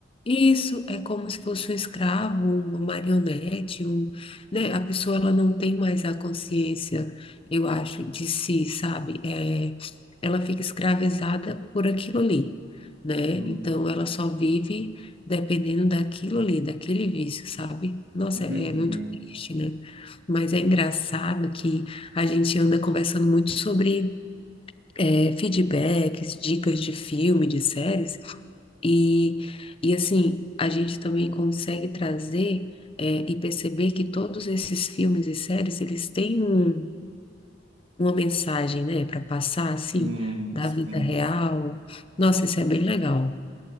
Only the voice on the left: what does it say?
Isso é como se fosse um escravo, uma marionete, um, né? A pessoa ela não tem mais a consciência, eu acho, de si, sabe? É, ela fica escravizada por aquilo ali, né?
Então ela só vive dependendo daquilo ali, daquele vício, sabe? Nossa,
é, é muito
triste, né? Mas é engraçado que a gente anda conversando muito sobre é, feedbacks, dicas de filme, de séries, e, e assim, a gente também consegue trazer é, e perceber que todos esses filmes e séries, eles têm um, uma mensagem, né, para passar, assim,
da
vida real. Nossa, isso é bem legal.